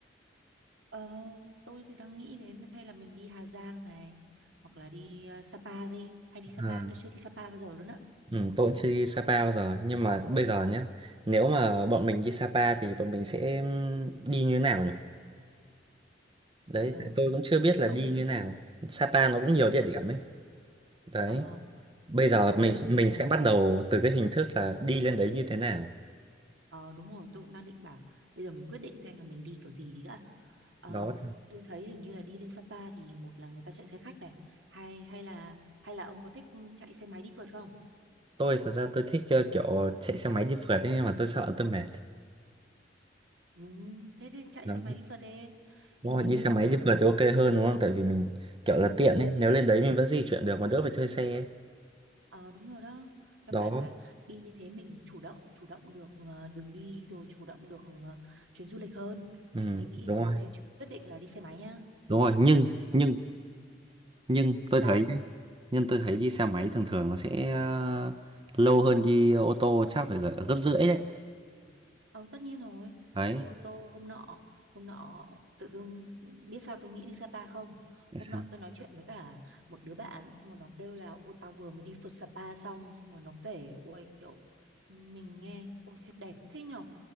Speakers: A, on the right; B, on the right.
A: ờ, tôi thì đang nghĩ đến hay là mình đi Hà Giang này. Hoặc là đi ờ, Sapa đi. Hay đi Sapa,
B: Ờ,
A: tôi chưa đi Sapa bao giờ luôn á.
B: ừ, tôi cũng chưa đi Sapa bao giờ, nhưng mà bây giờ nhé, nếu mà bọn mình đi Sapa thì bọn mình sẽ đi như thế nào nhỉ? Đấy,
A: Ờ,
B: tôi cũng chưa biết là
A: ông,
B: đi như thế nào. Sapa nó cũng nhiều địa điểm ấy. Đấy,
A: ờ,
B: bây giờ
A: bây
B: mình
A: giờ bây giờ
B: mình
A: nha
B: sẽ bắt đầu từ cái hình thức là đi lên đấy như thế nào.
A: Ờ đúng rồi, tôi cũng đang định bảo bây giờ mình quyết định xem là mình đi kiểu gì đi đã. Ờ,
B: Đó.
A: tôi thấy hình như là đi lên Sapa thì một là người ta chạy xe khách này, hay hay là hay là ông có thích chạy xe máy đi phượt không?
B: tôi thật ra tôi thích ờ, kiểu chạy xe máy đi phượt ấy, nhưng mà tôi sợ tôi mệt
A: Ừ, thế thì chạy
B: đó
A: xe máy đi phượt đi.
B: đúng
A: Hình
B: rồi
A: như
B: đi
A: cái
B: xe
A: cung
B: máy
A: đường
B: đi phượt thì ok hơn đúng không tại vì mình kiểu là tiện ấy nếu lên đấy mình vẫn di chuyển được mà đỡ phải thuê xe ấy.
A: ờ đúng rồi đó. Căn
B: đó
A: bản là đi như thế mình chủ động chủ động được ờ, đường đi rồi chủ động được ờ, chuyến du lịch hơn
B: ừ,
A: thì tôi nghĩ
B: đúng
A: ờ
B: rồi
A: thế quyết định là đi xe máy nhá.
B: đúng rồi nhưng nhưng nhưng tôi
A: Sao?
B: thấy nhá, nhưng tôi thấy đi xe máy thường thường nó sẽ ờ, lâu hơn đi ô tô chắc phải gỡ- gấp rưỡi đấy
A: Ờ, tất nhiên rồi
B: đấy
A: đi ô tô hôm nọ hôm nọ tự dưng biết sao tôi nghĩ đi Sapa không
B: Tại
A: hôm
B: sao
A: nọ tôi nói chuyện với cả một đứa bạn xong rồi nó kêu là ôi tao vừa mới đi phượt Sapa xong xong rồi nó kể ôi kiểu mình nghe ôi thế đẹp thế nhở